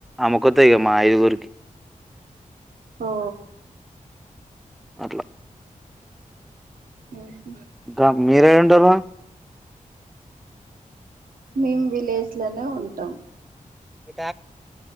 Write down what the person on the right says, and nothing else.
ఓ
హు
మేము విలేజ్ లోనే ఉంటాం